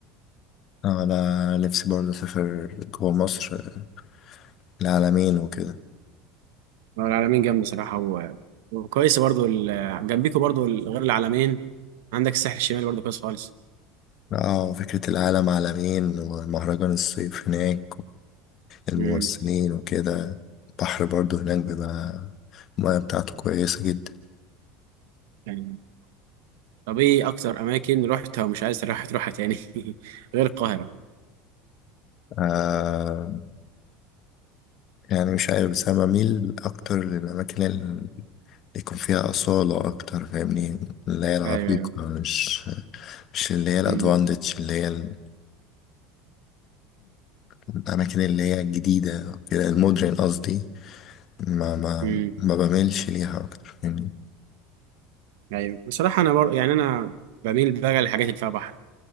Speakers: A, on the left; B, on the right.
A: اه انا نفسي برضه اسافر جوه مصر آه، العلمين وكده
B: هو العلمين جنب صراحه و... وكويس برضو ال... جنبيكوا برضو ال- غير العلمين عندك الساحل الشمالي برضو كويس خالص
A: اه فكرة العالم عالمين ومهرجان الصيف هناك والممثلين
B: مم.
A: وكده البحر برضه هناك بيبقى المياه بتاعته كويسة جدا
B: يعني طب ايه اكتر اماكن رحتها ومش عايز تروح تروحها تاني <laughs> غير القاهره
A: آه يعني مش عارف بس أنا بميل أكتر للأماكن اللي يكون فيها أصالة أكتر فاهمني اللي هي العتيقة
B: ايوه ايوه
A: مش مش اللي هي الأدفانتج
B: مم.
A: اللي هي ال- الأماكن اللي هي الجديدة كده المودرن قصدي ما ما
B: مم.
A: ما بميلش ليها أكتر يعني
B: ايوه بصراحه انا بر... يعني انا بميل بقى للحاجات اللي فيها بحر